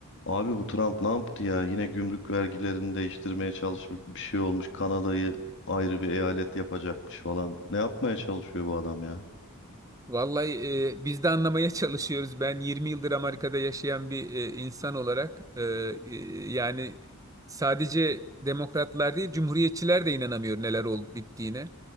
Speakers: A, on the left; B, on the right.
A: Abi bu Trump ne yaptı ya? Yine gümrük vergilerini değiştirmeye çalışmış bir şey olmuş. Kanada'yı ayrı bir eyalet yapacakmış falan. Ne yapmaya çalışıyor bu adam ya?
B: Vallahi e, biz de anlamaya <laughs> çalışıyoruz. Ben 20 yıldır Amerika'da yaşayan bir e, insan olarak e, e, yani sadece demokratlar değil, cumhuriyetçiler de inanamıyor neler olup bittiğine.